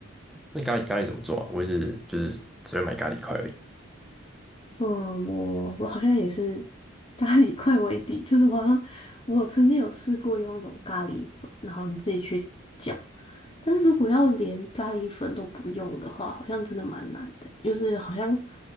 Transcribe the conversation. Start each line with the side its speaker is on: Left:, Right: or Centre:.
Centre: 那咖喱咖喱怎么做啊？我一直就是只会买咖喱块而已。
Left: 嗯，我我好像也是咖喱块为底，就是我好像我曾经有试过用那种咖喱粉，然后你自己去搅，但是如果要连咖喱粉都不用的话，好像真的蛮难的，就是好像